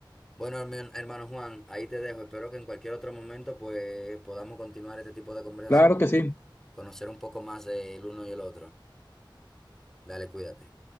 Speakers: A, in the centre; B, on the left.
A: Bueno, hermi- hermano Juan, ahí te dejo. Espero que en cualquier otro momento pues podamos continuar este tipo de conversación
B: Claro que sí.
A: y conocer un poco más del uno y el otro. Dale, cuídate.